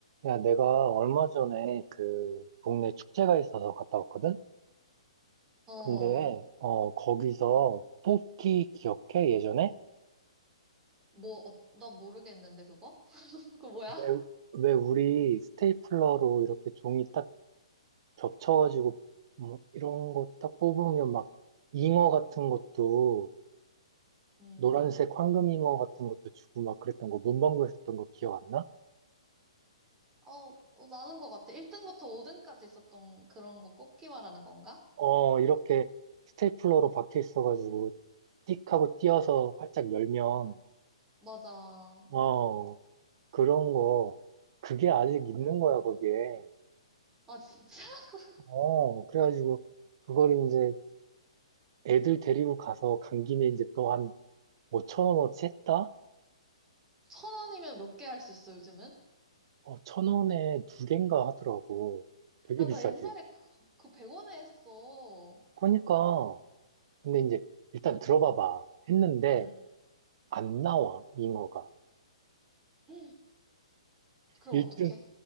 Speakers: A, on the right; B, on the right.
A: 야, 내가 얼마 전에 그 동네 축제가 있어서 갔다 왔거든?
B: 어,
A: 근데, 어, 거기서 뽑기 기억해? 예전에?
B: 뭐, 어, 나 모르겠는데, 그거? <laughs> 그거 뭐야?
A: 왜, 왜 우리 스테이플러로 이렇게 종이 딱 겹쳐가지고, 뭐 이런 거 딱 뽑으면 막 잉어 같은 것도,
B: 음,
A: 노란색 황금 잉어 같은 것도 주고 막 그랬던 거, 문방구에서 했던 거 기억 안 나?
B: 어, 어, 나는 것 같아. 1등부터 5등까지 있었던 그런 거 뽑기 말하는 건가?
A: 어, 이렇게 스테이플러로 박혀 있어가지고, 띡 하고 띄어서 활짝 열면,
B: 맞아. 어.
A: 어, 그런 거, 그게 아직 있는 거야, 거기에.
B: 아, 진짜? <laughs>
A: 어, 그래가지고, 그걸 이제 애들 데리고 가서 간 김에 이제 또 한 5천 원어치 했다?
B: 천 원이면 몇 개 할 수 있어, 요즘은?
A: 어, 천 원에 두 갠가 하더라고. 되게
B: 야,
A: 비싸지.
B: 나 옛날에 그, 그 100원에 했어.
A: 그러니까, 근데 이제 일단 들어봐봐. 했는데,
B: 응.
A: 안 나와, 잉어가.
B: <gasps> <clears throat> 그럼
A: 1등,
B: 어떡해?